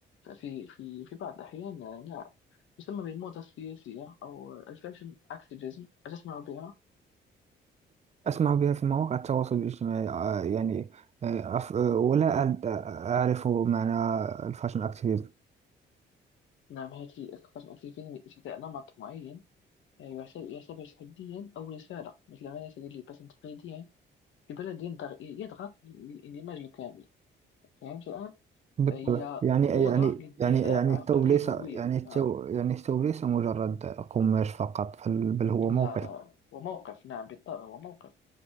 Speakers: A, on the left; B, on the right.
A: في في في بعض الأحيان آه، نعم يسمى بالموضة السياسية أو الفاشن أكتيفيزم أتسمع بها؟
B: بها في مواقع التواصل الاجتماعي آه، يعني آه، أف- آه، ولا أد- آه، أعرف معنى الفاشن أكتيفيزم.
A: نعم هذه أكثر في فيلم ارتداء نمط معين آه، يعتبر يعتبر تحديا أو رسالة مثل ما يرتدي اللباس تقليديا في بلد ينضغ- يضغط للاندماج الكامل فهمت الآن؟
B: بالطبع
A: فهي
B: يعني يعني
A: موضة للدفاع
B: يعني يعني
A: عن
B: الثوب
A: قضايا
B: ليس
A: الهوية
B: يعني الثوب
A: آه.
B: يعني الثوب ليس مجرد قماش فقط بل بل هو
A: لا
B: موقع
A: لا وموقف نعم بالطبع وموقف